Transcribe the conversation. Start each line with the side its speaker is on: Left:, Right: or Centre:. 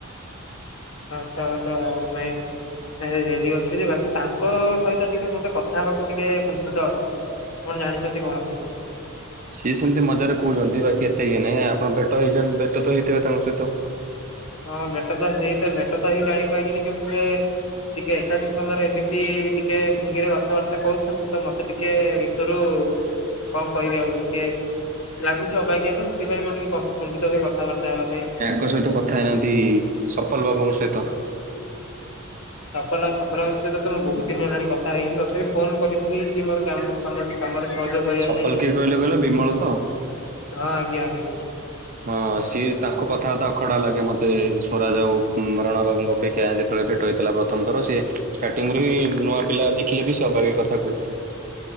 Left: <unintelligible> ରେଡି ଅଛି ଯେ ବାକି ତାଙ୍କ ସହିତ ଟିକେ ମତେ କଥା ହେବାକୁ ଟିକେ କୁଣ୍ଠିତ ଅଛି। ଆପଣ ଜାଣିଛନ୍ତି କଣ ପାଇଁ।
Right: ସିଏ ସେମିତି ମଜାରେ କହୁଛନ୍ତି ବାକି ଏତେ ଇଏ ନାଇଁ ଆପଣ ଭେଟ ହେଇଛନ୍ତି ଭେଟ ତ ହେଇଥିବେ ତାଙ୍କ ସହିତ।
Left: ହଁ ଭେଟ ତ ସେଇତ ଭେଟ ତ ହେଇ ଜାଣିପାରିଲିନି କିନ୍ତୁ ଯେ ଟିକେ ଏକାକି ସମୟରେ ଏମିତି ଟିକେ ଭଙ୍ଗୀରେ କଥାବାର୍ତ୍ତା କରୁଛନ୍ତି। ତ ମତେ ଟିକେ ଭିତରୁ କଣ କହିବି ଆଉ ଟିକେ। ଲାଗୁଛି ଅବାଗିଆ ତ ସେଥିପାଇଁ ମୁଁ ଟିକେ କୁଣ୍ଠିତ ହୁଏ କଥାବାର୍ତ୍ତା ହେବା ପାଇଁ ଆଉ।
Right: ତାଙ୍କ ସହିତ କଥା ହେଇନାହାନ୍ତି ସଫଲ ବାବୁଙ୍କ ସହିତ।
Left: ସଫଲ ସଫଲବାବୁଙ୍କ ସହିତ ତ ମୁଁ ବହୁତ ଦିନ ହେଲାଣି କଥା ହେଇନି ତଥାପି ଫୋନ କରିଥିଲି କି ମୋର କାମ-କାମରେ ସହଯୋଗ କରିବା
Right: ସଫଲ
Left: ପାଇଁ।
Right: କିିଏ କହିଲେ କହିଲ ବିମଳ ତ।
Left: ହଁ ଆଜ୍ଞା ଆଜ୍ଞା।
Right: ହଁ ସିଏ ତାଙ୍କ କଥାବାର୍ତ୍ତା ଅଖାଡୁଆ ଲାଗେ ମତେ ସ୍ୱରାଜ ଆଉ ରଣା ବାବୁଙ୍କ ଅପେକ୍ଷା ଯେତେବେଳେ ଭେଟ ହେଇଥିଲା ପ୍ରଥମ ଥର ସେ ଷ୍ଟାର୍ଟିଂରୁୁ ହିଁ ନୂଆ ପିଲା ଦେଖିଲେ ବି ସେ ଅବାଗିଆ କଥା କହୁଥିଲେ।